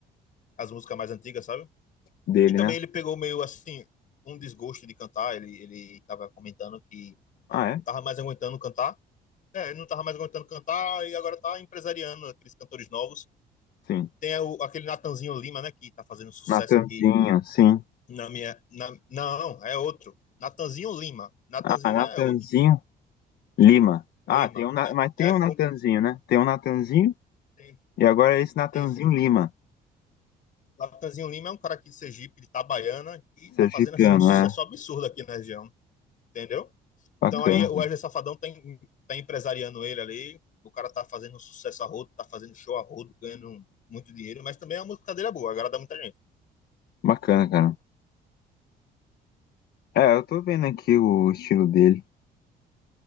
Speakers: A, on the left; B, on the left.
A: as músicas mais antigas, sabe?
B: Dele,
A: E também
B: né?
A: ele pegou meio assim, um desgosto de cantar. Ele, ele tava comentando que
B: Ah, é?
A: não tava mais aguentando cantar. É, não tava mais aguentando cantar e agora tá empresariando aqueles cantores novos.
B: Sim.
A: Tem o- aquele Natanzinho Lima, né, que tá fazendo sucesso
B: Natanzinho,
A: aqui
B: sim.
A: na minha. na- não, é outro. Natanzinho Lima. Natanzinho
B: Ah, Natanzinho
A: é outro.
B: Lima. Ah,
A: Lima.
B: tem um, Na-
A: É,
B: mas tem
A: é
B: um Natanzinho,
A: um,
B: né? Tem um Natanzinho
A: tem,
B: e agora é esse Natanzinho
A: tem, sim.
B: Lima.
A: Natanzinho Lima é um cara aqui de Sergipe, de Itabaiana, e
B: Sergipiano,
A: tá fazendo assim um sucesso
B: é.
A: absurdo aqui na região, entendeu?
B: Bacana.
A: Então aí o Wesley Safadão tá, em- tá empresariando ele ali. O cara tá fazendo sucesso a rodo, tá fazendo show a rodo, ganhando muito dinheiro, mas também a música dele é boa, agrada muita gente.
B: Bacana, cara. É, eu tô vendo aqui o estilo dele.